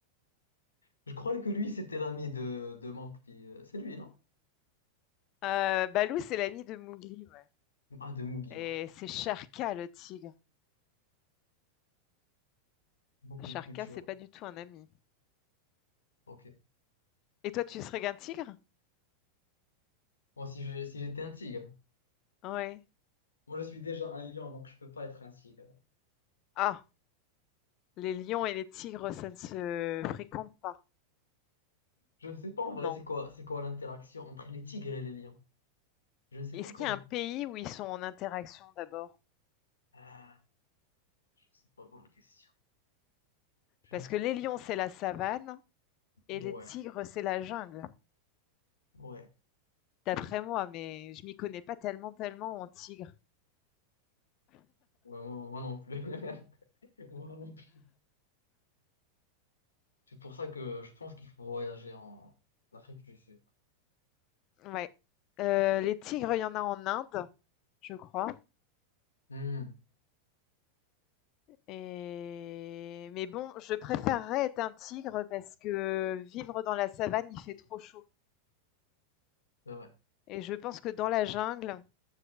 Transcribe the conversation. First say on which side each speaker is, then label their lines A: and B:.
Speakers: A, on the left (about 80°); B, on the left (about 40°).
A: <laughs> Je croyais que lui, c'était l'ami de, de Monk, puis, euh, c'est lui, non?
B: Euh, Balou, c'est l'ami de Mowgli ouais.
A: Ah, de Mugi,
B: et
A: voilà.
B: c'est Sharka le tigre.
A: Beaucoup
B: Sharka,
A: de culture.
B: c'est pas du tout un ami.
A: Ok.
B: Et toi, tu serais qu'un tigre
A: Moi, si je- si j'étais un tigre.
B: Ouais.
A: Moi, je suis déjà un lion, donc je peux pas être un tigre.
B: Ah, Les lions et les tigres, ça ne se fréquente pas,
A: Je ne sais pas en vrai,
B: non.
A: c'est quoi, c'est quoi l'interaction entre les tigres et les lions. Je ne sais
B: Est-ce
A: pas comment.
B: qu'il y a un pays où ils sont en interaction d'abord?
A: Ah, je ne sais pas, bonne question. Je
B: Parce
A: ne sais
B: que les
A: pas.
B: lions, c'est la savane et
A: Ouais,
B: les tigres, c'est la jungle,
A: ouais.
B: d'après moi, mais je m'y connais pas tellement, tellement en tigres.
A: Ouais, moi, moi non plus. <laughs> Moi non plus. C'est pour ça que je pense qu'il faut voyager en Afrique du Sud.
B: Ouais. Euh, les tigres, il y en a en Inde, je crois.
A: Hmm,
B: Et... Mais bon, je préférerais être un tigre parce que vivre dans la savane, il fait trop chaud.
A: c'est vrai.
B: Et je pense que dans la jungle,